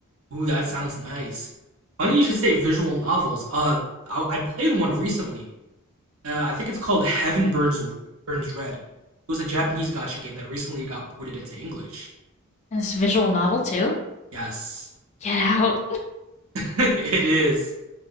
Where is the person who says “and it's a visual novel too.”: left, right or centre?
Left